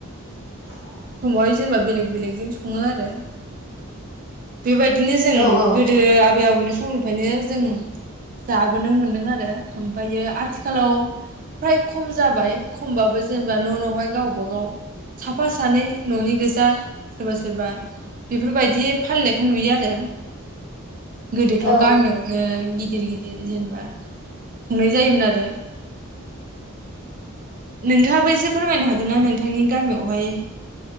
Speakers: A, on the left (about 65°); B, on the right (about 40°).
A: <unintelligible>
B: समावहाय जेनेबा बेलेग बेलेगजों सङो आरो। बेबायदिनो जों
A: औ
B: गोदो आबै आबौनि समनिफ्रायनो जों जाबोनो मोन्दों आरो ओमफ्रायो आथिखालाव फ्राय खम जाबाय खमबाबो जेनेबा न नहाय गावबागाव साफा सानै ननि गोजा सोरबा सोरबा बेफोरबायदि फालिनायखौ नुयो आरो। गोदोथ
A: औ
B: गामियावनो गि दिर गिदिर जेनबा खुंनाय जायोमोन आरो <inaudible> नोंथाङा एसे फोरमायनो हागोन नोंथांनि। गामियावहाय